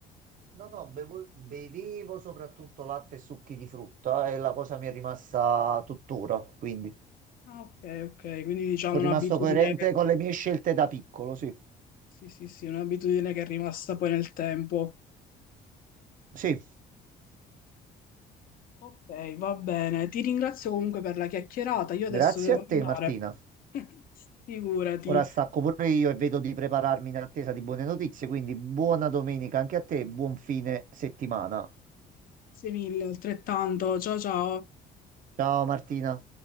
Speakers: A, on the right; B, on the left.
A: No, no, bevo- bevevo soprattutto latte e succhi di frutta e la cosa mi è rimasta tuttora, quindi.
B: Ah, ok, ok, quindi diciamo
A: Sono
B: un'abitudine
A: rimasto coerente con le mie scelte da piccolo, sì.
B: Sì, sì, sì, un'abitudine che è rimasta poi nel tempo.
A: Sì,
B: Ok, va bene. Ti ringrazio comunque per la chiacchierata. Io
A: grazie
B: adesso devo
A: a
B: andare.
A: te, Martina.
B: <laughs> Figurati.
A: Ora stacco pure io e vedo di prepararmi in attesa di buone notizie, quindi buona domenica anche a te e buon fine settimana.
B: Grazie mille, altrettanto. Ciao ciao.
A: Ciao, Martina.